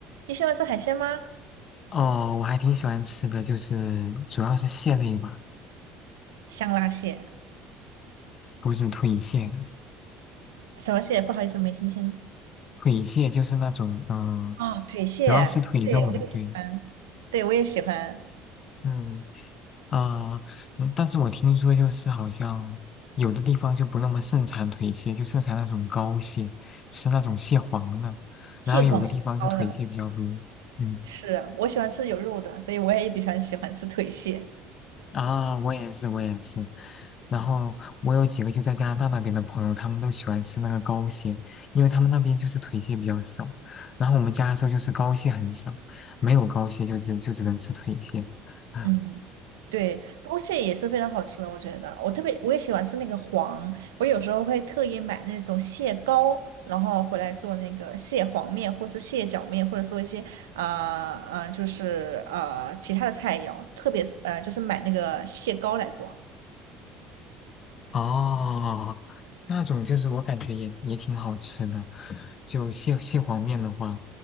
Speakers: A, on the right (about 80°); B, on the left (about 45°).
A: 你喜欢吃海鲜吗？
B: 哦，我还挺喜欢吃的，就是主要是蟹类吧，
A: 香辣蟹，
B: 不是腿蟹。
A: 什么蟹？不好意思，没听清。
B: 腿蟹就是那种，嗯、
A: 啊。腿蟹，
B: 主要是腿肉的，
A: 对，我也喜欢，
B: 对，
A: 对，我也喜欢
B: 嗯，啊、嗯但是我听说就是好像有的地方就不那么盛产腿蟹，就盛产那种膏蟹，吃那种蟹黄的，然后有的地方就腿蟹比较多，
A: 蟹黄蟹膏的。
B: 嗯。
A: 是，我喜欢吃有肉的，所以我也比较喜欢吃腿蟹。
B: 啊，我也是，我也是。然后我有几个就在加拿大那边的朋友，他们都喜欢吃那个膏蟹，因为他们那边就是腿蟹比较少，然后我们加州就是膏蟹很少，没有膏蟹就只就只能吃腿蟹。<laughs>
A: 嗯，对，剥蟹也是非常好吃的，我觉得。我特别我也喜欢吃那个黄，我有时候会特意买那种蟹膏，然后回来做那个蟹黄面，或是蟹脚面，或者说一些啊啊、呃呃就是呃其他的菜肴，特别是呃就是买那个蟹膏来做。
B: 哦，那种就是我感觉也也挺好吃的，就蟹蟹黄面的话，